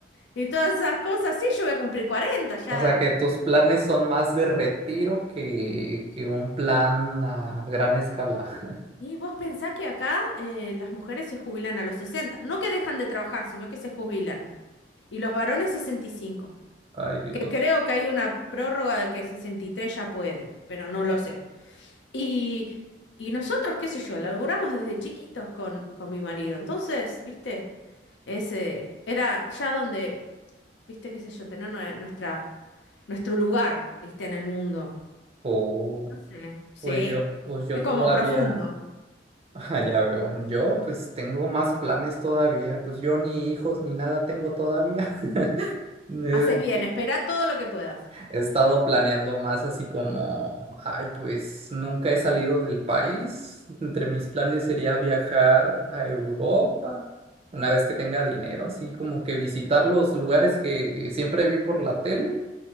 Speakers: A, on the left; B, on the right.
A: y todas esas cosas. Sí, yo voy a cumplir 40 ya.
B: O sea que tus planes son más de retiro que, que un plan a gran escala. <laughs>
A: Y vos pensás que acá eh, las mujeres se jubilan a los sesenta, No que dejan de trabajar, sino que se jubilan. Y los varones 65.
B: Ay, Dios.
A: Que creo que hay una prórroga de que 63 ya pueden, pero no lo sé. Y, y nosotros, qué sé yo, laburamos desde chiquitos con, con mi marido. Entonces, viste, ese era ya donde, viste, qué sé yo, tener nue- nuestra, nuestro lugar, viste, en el mundo.
B: Oh,
A: No sé. Sí.
B: pues yo, pues yo
A: Es
B: todavía,
A: como profundo.
B: <laughs> ah, ya veo. Yo pues tengo más planes todavía. Pues yo ni hijos ni nada tengo todavía. <laughs> Eh,
A: Haces bien, espera todo lo que puedas.
B: He estado planeando más así como, ay, pues nunca he salido del país. Entre mis planes sería viajar a Europa una vez que tenga dinero, así como que visitar los lugares que siempre vi por la tele,